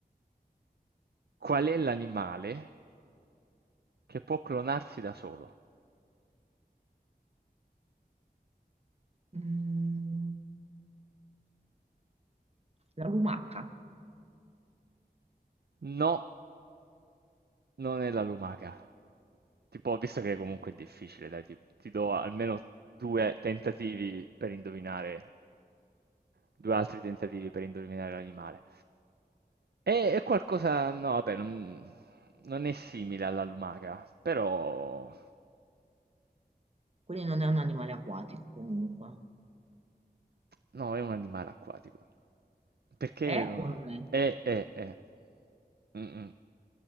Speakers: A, on the right; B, on the right.
A: Qual è l'animale che può clonarsi da solo?
B: Mm, La lumaca.
A: No, non è la lumaca. Tipo, visto che comunque è difficile, dai, ti, ti do almeno due tentativi per indovinare, due altri tentativi per indovinare l'animale. È, è qualcosa, no, vabbè, non, non è simile alla lumaca, però...
B: Quindi non è un animale acquatico comunque.
A: No, è un animale acquatico. Perché...
B: È o non è? È
A: È, è, è. Mm, mm.